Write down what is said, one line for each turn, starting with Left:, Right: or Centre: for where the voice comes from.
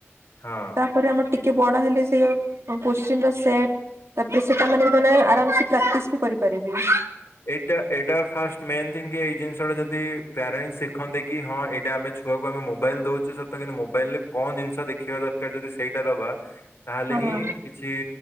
Left: ହଁ।
Right: ତାପରେ ଆମର ଟିକେ ବଡ ହେଲେ ସେ ଯୋଉ କୋଶ୍ଚିନ୍ ର ସେଟ୍ ତାପରେ ସେଟା ମାନେ <unintelligible> ଆରାମ୍ସେ ପ୍ରାକ୍ଟିସ୍ ବି କରିପାରିବେ।
Left: ଏଇଟା-ଏଇଟା ଫାଷ୍ଟ ମେନ୍ ଥିଙ୍ଗ କି ଏଇ ଜିନିଷ ଟା ଯଦି ପ୍ୟାରେଣ୍ଟସ୍ ଶିଖନ୍ତେ କି ହଁ ଏଇଟା ଆମେ ଛୁଆକୁ ଆମେ ମୋବାଇଲ୍ ଦଉଚୁ ସତ କିନ୍ତୁ ମୋ ମୋବାଇଲ୍ ରେ କଣ ଜିନିଷ ଦେଖିବା ଦରକାର ଯଦି ସେଇଟା ଦବା, ତାହେଲେ
Right: ହଁ।
Left: ହିଁ କିଛି